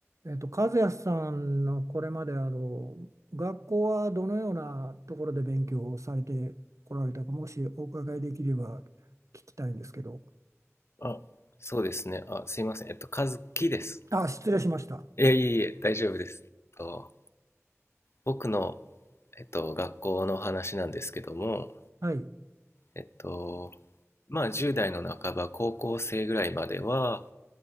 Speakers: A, on the right; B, on the left.
A: えっと、和也さんのこれまであの学校はどのようなところで勉強をされてこられたか、もしお伺いできれば聞きたいんですけど。
B: あ、そうですね。あ、すいません。えっと、和樹です。
A: あ、失礼しました。
B: いやいえいえ、大丈夫です。と、僕の、えっと、学校の話なんですけども、
A: はい、
B: えっと、まあ、10代の半ば、高校生ぐらいまでは、